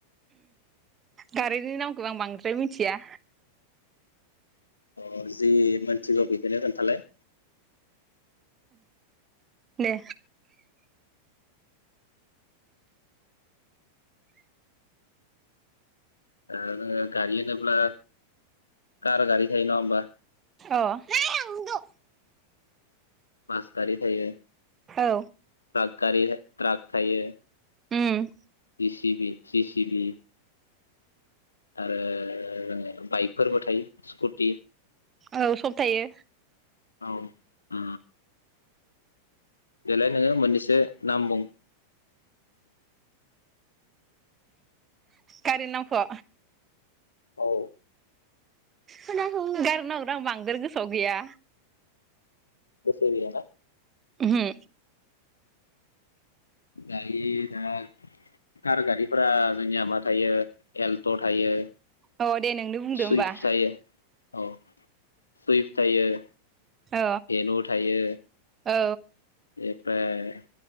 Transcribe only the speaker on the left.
अ जि मोनथिगौ बिखौनो खोन्थालाय
ओ गारि होनोब्ला कार गारि थायो नङा होमबा
बासकारि थायो
त्राग गारि त्राग थायो
G C P P C B आरो बाइकफोरबो थायो स्कुटि
औ आ बेलाय नोङो मोननैसो नाम बुं
औ
गोसोआव गैया ना
दायो दा कार गारिफोरा जोंनिया मा थायो एल्ट' थायो
सुइफ्ट
थायो औ सुइफ थायो देद'
थायो
बेनिफ्राय